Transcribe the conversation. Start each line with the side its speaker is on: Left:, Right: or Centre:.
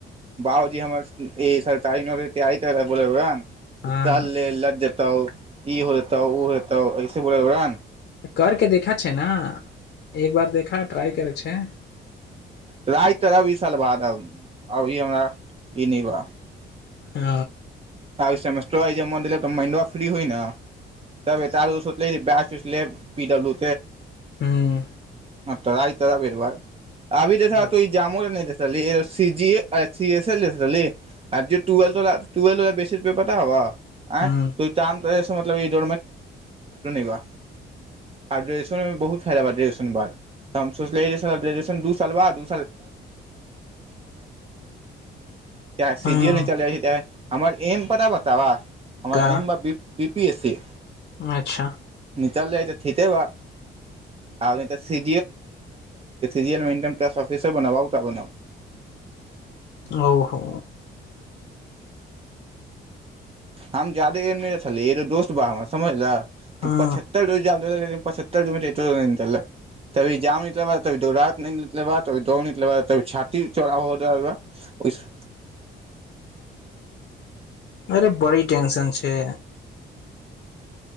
Right: बउजी हमर ई सर त तैयारीोब इ
Left: हँ
Right: तऽ अले ए ल ज ई होतौ ओ होताौ ऐसे बोल ने
Left: कर के देखै छै ने एक बार देखा ट्राइ करै छै
Right: राति तऽ रहब ई साल बार अभी हमरा ई नहि बा
Left: आ
Right: आब सेमेस्टरो आइ जे मन देलक तऽ माइंडो फ्री होइ ने तार दसो लै ब सले पी ब्ल्यू
Left: ह्म
Right: म आइतार बेरबार अभी देखा
Left: हूँ
Right: तो ई जामो नहि देखा चल सी जी सी ए लेयै आ जे ुएल तो तुे ल बे प रुपे पता हवा आ
Left: हूँ
Right: तू त फायो बा आ ग्रेजए मे बहुत फायदाा गए ब हम सोचलए साल ब <unintelligible> चाह् सीे
Left: हूँ
Right: जी एल नहि चल जाइ छै चाहे हमर एम पता बताव हमर
Left: का
Right: M B P S C
Left: अच्छा
Right: निकल जाइ तऽ े ब आ त ठिके बा नइ त सि जी एल निकाल्ब ऑफिस बनब
Left: ओहो
Right: हम जाादे नहि छले तो दोस्त बा समझल त
Left: हँ
Right: पछहत्तर रोज जाब पचत्तर द निकल तभी जाम निकल ब दौ निकले बा तभी दौड़ निकल ब ती छाती चौ <unintelligible>
Left: अरे बड़ी ेंशन छै